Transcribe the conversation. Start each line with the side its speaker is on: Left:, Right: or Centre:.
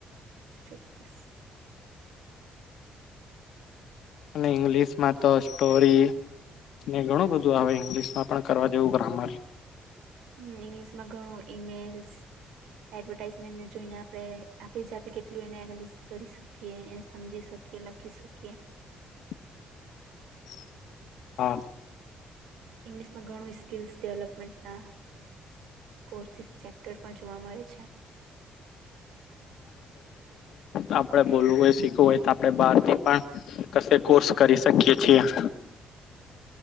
Right: ચોક્કસ
Left: અને ઇંગ્લિશ માં તો સ્ટોરી ને ઘણું બધું આવે ઈંગ્લિશમાં પણ કરવા જેવું ગ્રામર
Right: હમ ઇંગ્લિશમાં ઘણું ઈમેલ્સ એડવર્ટાઈઝમેન્ટને જોઈને આપણે આપણી જાતે કેટલું એને એનાલિસિસ કરી શકીએ એને સમજી શકીએ લખી શકીએ
Left: <inaudible> હા
Right: ઇંગ્લિશમાં ઘણું સ્કિલ્સ ડેવલપમેન્ટના કોર્સિસ ચેપ્ટર પણ જોવા મળે છે
Left: આપણેે બોલવું હોય શીખવું હોય તો આપણે બહારથી પણ ક કોર્સ કરી શકીએ છીએ <inaudible>